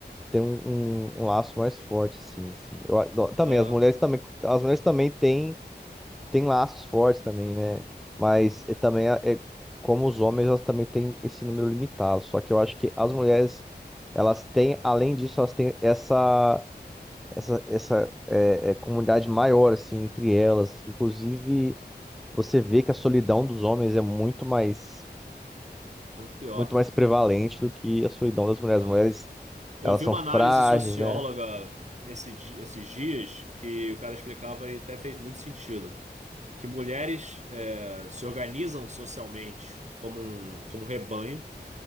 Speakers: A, in the centre; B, on the right.
A: tem um, um- um laço mais forte, assim, assim. Eu, adoro- também,
B: É,
A: as mulheres também, as mulheres também têm, têm laços fortes também, né? Mas é, também é, é como os homens, elas também têm esse número limitado. Só que eu acho que as mulheres, elas têm, além disso, elas têm essa, essa, essa é, é, comunidade maior, assim, entre elas. Inclusive, você vê que a solidão dos homens é muito mais,
B: é muito pior.
A: muito mais prevalente do que a solidão das mulheres.
B: É.
A: As mulheres,
B: Eu
A: elas
B: vi
A: são
B: uma
A: frágeis,
B: análise socióloga
A: né?
B: esse di- esses dias que o cara explicava e até fez muito sentido. Que mulheres é, se organizam socialmente como um, como um rebanho.